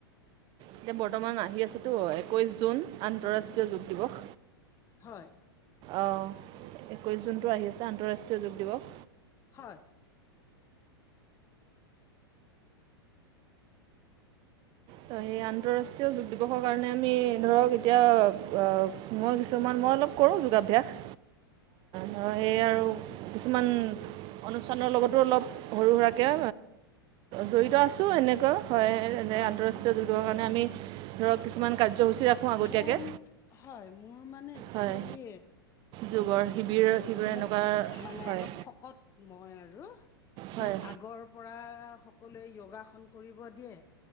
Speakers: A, on the right; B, on the left.
A: এতিয়া বৰ্তমান আহি আছেতো একৈছ জুন আন্তঃৰাষ্ট্ৰীয় যোগ দিৱস।
B: হয়।
A: অঁ একৈছ জুনটো আহি আছে আন্তঃৰাষ্ট্ৰীয় যোগ দিৱস।
B: হয়।
A: ত সেই আন্তঃৰাষ্ট্ৰীয় যোগ দিৱসৰ কাৰণে আমি ধৰক এতিয়া মই কিছুমান মই অলপ কৰোঁ যোগাভ্যাস ধৰক সেই আৰু কিছুমান অনুষ্ঠানৰ লগতো অলপ সৰু সুৰাকে। জড়িত আছো এনেকুৱা। হয় এনে আদ্ৰ। যোগৰ কাৰণে আমি ধৰক কিছুমান। কাৰ্যসূচী ৰাখোঁ আগতীয়াকৈ
B: মোৰ হয় মোৰ মা একচোয়েলি
A: হয় যোগৰ শিবিৰ
B: অ
A: শিবিৰ
B: মোক
A: এনেকুৱা
B: মানে
A: হয়
B: অলপ শকত মই আৰু ৰু
A: হয়
B: মই আগৰ পৰা সকলোৱে যোগাসন কৰিব দিয়ে।